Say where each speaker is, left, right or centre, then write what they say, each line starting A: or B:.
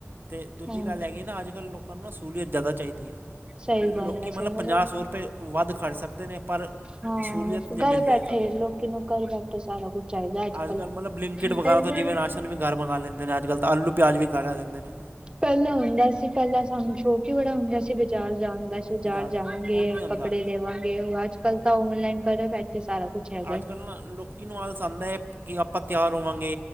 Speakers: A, on the right (about 45°); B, on the right (about 20°).
A: ਤੇ ਦੂਜੀ
B: ਹਮ
A: ਗੱਲ ਹੈਗੀ ਨਾ ਅੱਜ ਕੱਲ ਲੋਕ ਆਪਾਂ ਨੂੰ ਨਾ ਸਹੂਲੀਅਤ ਜਾਦਾ ਚਾਹੀਦੀ ਏ
B: ਸਹੀ ਗੱਲ
A: ਲੋਕੀ
B: ਹੈ
A: ਮਤਲਬ
B: ਸਹੀ ਗੱਲ
A: ਪੰਜਾਹ
B: ਹੈ।
A: ਸੌ ਰੁਪਏ ਵੱਧ ਖਾਚ ਸਕਦੇ ਨੇ ਪਰ
B: ਹਾਂ
A: ਸਹੂਲੀਅਤ ਜੇ
B: ਘਰ
A: ਮਿਲ ਜਾਏ
B: ਬੈਠੇ
A: ਤਾਂ
B: ਲੋਕੀ ਨੂੰ ਘਰ ਬੈਠੇ ਸਾਰਾ ਕੁਛ ਚਾਹੀਦੈ ਅੱਜ ਕੱਲ
A: ਕੱਲ੍ਹ ਮਤਲਬ ਬਲਿੰਕਿਟ
B: ਨਿਕਲਦੇ
A: ਵਗੈਰਾ ਤੋਂ ਜਿਵੇਂ ਰਾਸ਼ਨ ਵੀ ਘਰ ਮੰਗਾ ਲੈਂਦੇ ਨੇ ਅੱਜ ਕੱਲ ਤਾਂ ਆਲੂ ਪਿਆਜ਼ ਵੀ ਘਰ ਆ ਜਾਂਦੇ ਨੇ
B: ਪੈਲਾਂ ਹੁੰਦਾ ਸੀ ਪੈਲਾਂ ਸਾਨੂੰ ਸ਼ੋਕ ਈ ਬੜਾ ਹੁੰਦਾ ਸੀ ਬਜ਼ਾਰ ਜਾਣ ਵਿੱਚ ਬਜ਼ਾਰ
A: ਬਾਜ਼ਾਰ
B: ਜਾਵਾਂਗੇ
A: ਔਨ ਨਹੀਂ ਹੁੰਦਾ
B: ਕੱਪੜੇ ਲੇਵਾਂਗੇ ਅੱਜ ਕੱਲ ਤਾਂ ਔਨਲਾਈਨ ਘਰੇ ਬੈਠੇ ਸਾਰਾ ਕੁਛ ਹੈਗਾ
A: ਅੱਜ
B: ਈ।
A: ਕੱਲ ਨਾ ਲੋਕੀ ਨੂੰ ਆਲਸ ਆਂਦੈ ਏ ਕਿ ਆਪਾਂ ਤਿਆਰ ਹੋਵਾਂਗੇ